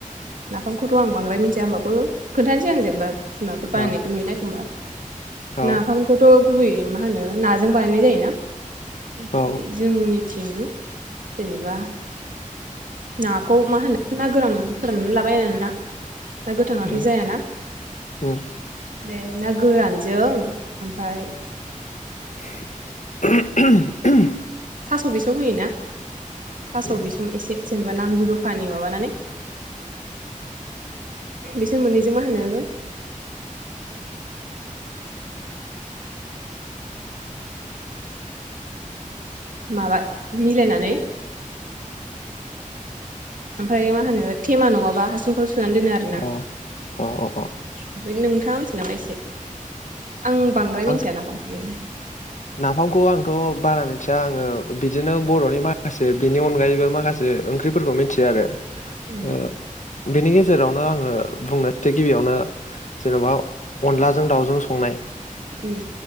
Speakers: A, on the right (about 75°); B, on the left (about 60°).
A: नाफामखौथ‌' आं बांद्राय मिथिया होमबाबो खोनथानोसै आं जेनेबा। बिमाफोर बानायनायखौ
B: औ
A: नुयोना एखनबा।
B: औ
A: नाफामखौथ' गुबैयै मा होनो नाजों बानायनाय जायोना? ओमफाय
B: औ
A: जोंनि होम जेनेबा नाखौ मा होनो ना गोरान फोराननानै लाबाय आरोना। ना गोथाङाथ'
B: उम
A: जायाना।
B: उम
A: बे ना गोरानजों ओमफाय
B: <inaudible>
A: थास' बिसं होयोना थास'
B: उम
A: बिसं एसे जेनेबा नांगौ जखानि माबानानै बिसोर मोननैजों मा होनो माबा मिलायनानै ओमफ्राय मा होनो थेमा नङाबा हासुंफ्राव सो सोनानै दोनो आरोना
B: औ औ
A: <unintelligible>
B: औ
A: नोंथां। <unintelligible> एसे आं बांद्राय
B: आंथ'
A: मिथिया नाफामखौ
B: नाफामखौ आंथ' बारा मोन थिया आङो बिदिनो बर'नि माखासे बिनि अनगायैबो माखासे ओंख्रिफोरखौ मिन्थियो आरो।
A: उम
B: ओ बेनि गेज जेरावनो आङो बुंनोसै गिबियावनो जेनबा अनलाजों दावजों संनाय
A: उम